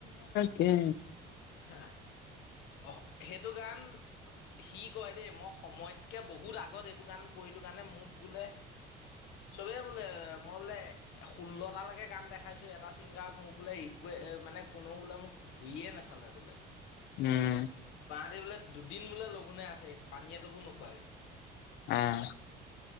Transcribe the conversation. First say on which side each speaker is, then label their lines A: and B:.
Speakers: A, on the left; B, on the left.
A: কে
B: হা অ সেইটো গান সি কয় দেই মই সময়তকে বহুত আগত এইবোৰ গান কৰিলো কাৰণে মোক বোলে চবেই বোলে মই বোলে ষোল্লটাালৈকে গান দেখাইছো এটা ছিংগাৰক মোক বোলে ৰিকে মানে কোনেও বোলে মোক ঘূৰিয়ে নাচালে বোলে
A: উম
B: পাতি বোলে দুদিন বোলে লঘোণে আছে পানী এটোকো নোখোৱাকৈ
A: আহ